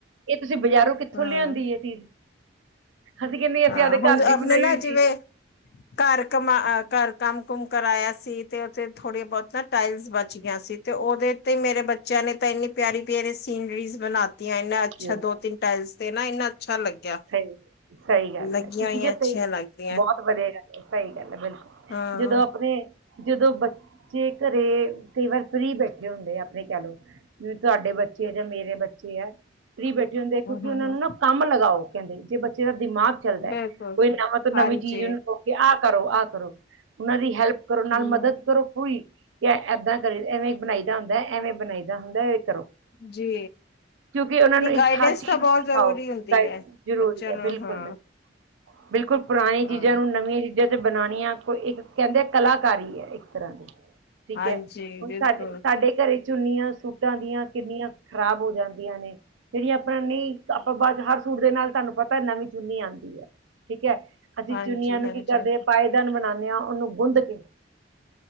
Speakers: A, on the right; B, on the left.
A: ਇਹ ਤੁਸੀਂ ਬਾਜ਼ਾਰੋਂ ਕਿੱਥੋਂ
B: ਹੂੰ
A: ਲਿਆਂਦੀ ਇਹ ਚੀਜ਼ ਅਸੀਂ ਕਹਿੰਦੇ ਅਸੀਂ
B: ਹਾਂ
A: ਆਪਦੇ ਘਰ
B: ਹੁਣ
A: ਦੀ
B: ਆਪਣੇ
A: ਬਣਾਈ
B: ਨਾ
A: ਹੋਈ
B: ਜਿਵੇਂ
A: ਚੀਜ਼
B: ਘਰ ਕਮਾ ਘਰ ਕੰਮ ਕੁਮ ਕਰਾਇਆ ਸੀ ਤੇ ਉੱਥੇ ਥੋੜੀ ਬੋਤ ਟਾਏਲਸ ਬੱਚ ਗਈਆਂ ਸੀ ਤੇ ਉਹਦੇ ਤੇ ਮੇਰੇ ਬੱਚਿਆਂ ਨੇ ਤਾਂ ਇੰਨੀ ਪਿਆਰੀ ਪਿਆਰੀ ਸੀਨਰੀਜ਼ ਬਣਾਤੀਆਂ ਇਹਨਾਂ ਅੱਛਾ
A: ਹੈ ਲੈ
B: ਦੋ ਤਿੰਨ ਟਾਇਲਸ ਤੇ ਨਾ ਇੰਨਾ ਅੱਛਾ ਲੱਗਿਆ
A: ਸਹੀ ਸਹੀ ਗੱਲ
B: ਲੱਗੀਆਂ
A: ਹੈ ਕਿ ਠੀਕ
B: ਹੋਈਆਂ
A: ਹੈ
B: ਅੱਛੀਆਂ
A: ਸਹੀ
B: ਲੱਗਦੀਆਂ
A: ਬੋਤ ਵਧੀਆ ਗੱਲ ਹੈ ਸਹੀ ਗੱਲ ਹੈ ਬਿਲਕੁਲ
B: ਹਾਂ
A: ਜਦੋਂ ਆਪਣੇ ਜਦੋਂ ਬੱਚੇ ਘਰੇ ਕਈ ਵਾਰ ਫ੍ਰਰੀ ਬੈਠੇ ਹੁੰਦੇ ਆ ਆਪਣੇ ਕਹਿ ਲਓ ਜਿਵੇਂ ਤੁਹਾਡੇ ਬੱਚੇ ਹੈ ਜਾਂ ਮੇਰੇ ਬੱਚੇ ਹੈ ਫ੍ਰੀ ਬੈਠੇ ਹੁੰਦੇ ਆ ਕਿਉਂਕਿ
B: ਹੂੰ ਹੂੰ
A: ਉਹਨਾਂ
B: ਹੂੰ
A: ਨੂੰ ਨਾ ਕੰਮ ਲਗਾਓ ਕਹਿੰਦੇ ਜੇ ਬੱਚੇ ਦਾ ਦਿਮਾਗ ਚੱਲਦਾ
B: ਬਿਲਕੁਲ
A: ਕੋਈ ਨਵਾਂ ਤੋਂ ਨਵੀਂ
B: ਹਾਂਜੀ
A: ਚੀਜ਼ ਉਹਨੂੰ ਕੇ ਆ ਕਰੋ ਆ ਕਰੋ ਓਨਾਂ ਦੀ ਹੈਲਪ ਕਰੋ ਨਾਲ
B: ਹੂੰ
A: ਮਦਦ ਕਰੋ ਪੂਰੀ ਕੈਂਅ ਐਦਾਂ ਕਰੀ ਐਵੇਂ ਬਣਾਈਦਾ ਹੁੰਦਾ ਐ ਐਵੇਂ ਬਣਾਈਦਾ ਹੁੰਦਾ ਏ ਕਰੋ,
B: ਜੀ
A: ਕਿਉਂਕੀ ਓਨਾਂ
B: ਨਹੀਂ
A: ਨੂੰ
B: ਗਾਈਡੈਂਸ
A: ਹਰ ਚੀਜ਼
B: ਤਾਂ ਬਹੁਤ
A: ਨੂੰ ਸੀਖਾਓ
B: ਜ਼ਰੂਰੀ ਹੁੰਦੀ ਹੈ
A: ਰੌਲੀ
B: ਬੱਚਿਆਂ
A: ਐ
B: ਨੂੰ
A: ਬੀਲਕੁਲ
B: ਹਾਂ
A: ਬੇ ਬੀਲਕੁਲ ਪੁਰਾਣੀ ਚੀਜ਼ਾਂ
B: ਹਾਂ
A: ਨੂੰ ਨਵੀਆਂ ਚੀਜ਼ਾਂ ਬਣਾਣੀਆਂ ਕੋਈ ਏਕ ਕੈਂਦੇ ਕਲਾਕਾਰੀ ਐ ਏਕ ਤਰਾ ਦੀ ਠੀਕ
B: ਹਾਂਜੀ
A: ਐ ਹੁਣ
B: ਬਿਲਕੁਲ
A: ਸਾਡੇ ਸਾਡੇ ਘਰੇ ਵੀਚ ਚੁੰਨੀਆਂ ਸੂਟਾਂ ਦੀਆਂ ਕੀਨੀਆਂ ਖਰਾਬ ਹੋ ਜਾਂਦੀਆਂ ਨੇ ਜੇੜੀ ਆਪਨਾ ਨਈ ਆਪਾਂ ਬਾ ਚੋ ਹਰ ਸੂਟ ਦੇ ਨਾਲ ਧਾਨੂੰ ਪਤਾ ਨਵੀਂ ਚੁੰਨੀ ਆਂਦੀ ਐ ਠੀਕ ਐ ਅਸੀਂ
B: ਹਾਂਜੀ
A: ਚੁਨੀਆਂ ਨੂੰ
B: ਹਾਂਜੀ
A: ਕੀ ਕਰਦੇ ਪਾਏਦਾਨ ਬਣਾਦੇ ਆਂ ਓਨੂੰ ਗੁੰਦ ਕੇ